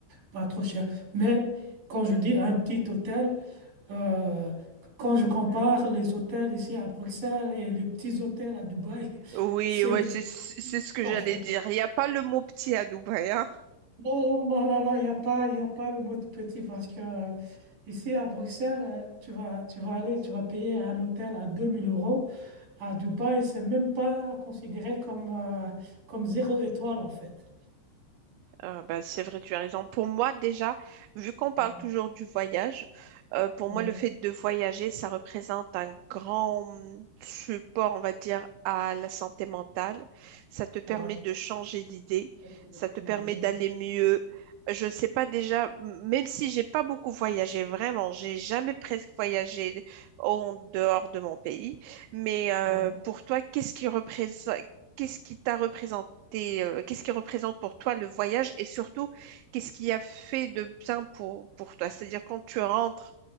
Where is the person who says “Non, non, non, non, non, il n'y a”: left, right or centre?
Right